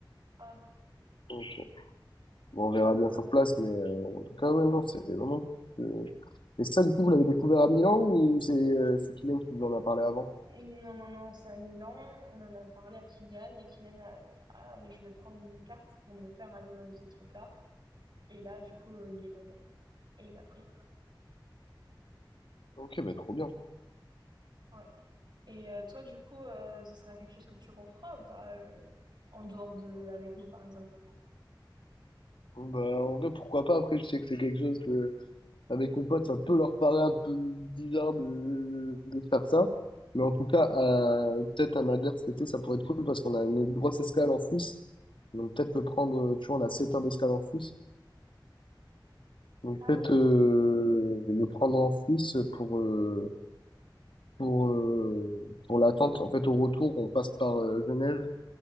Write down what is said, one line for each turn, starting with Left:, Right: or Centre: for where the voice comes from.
Right: hop,
Left: Donc, euh, Bon, on verra
Right: voilà.
Left: bien sur place, mais euh, en tout cas, ouais, non, c'est vraiment... cool. euh, Et ça, du coup, vous l'avez découvert à Milan ou c'est euh, c'est Kylian qui vous en a parlé avant?
Right: Non, non, non, c'est à Milan. On en a parlé à Kylian et Kylian a dit, Ah, mais je vais prendre une carte pour me faire aller dans ces trucs-là. Et là, du coup, euh, il est allé et il l'a pris.
Left: Ok, bah trop bien.
Right: Ouais. Et euh, toi, du coup, euh, ça serait quelque chose que tu referas ou pas euh, en dehors de avec nous, par exemple?
Left: Bah en vrai, pourquoi pas? Après, je sais que c'est quelque chose que avec mes potes, ça peut leur paraître un peu bizarre de, de faire ça. Mais en tout cas, euh, peut-être à Madère cet été, ça pourrait être cool parce qu'on a une grosse escale en Suisse. Donc peut-être le prendre, euh, tu vois, on a 7 heures d'escale en Suisse. Donc
Right: Ah
Left: peut-être
Right: oui,
Left: euh, le prendre en Suisse pour, euh, pour, euh, pour l'attente. En fait, au retour, on passe par euh, Genève.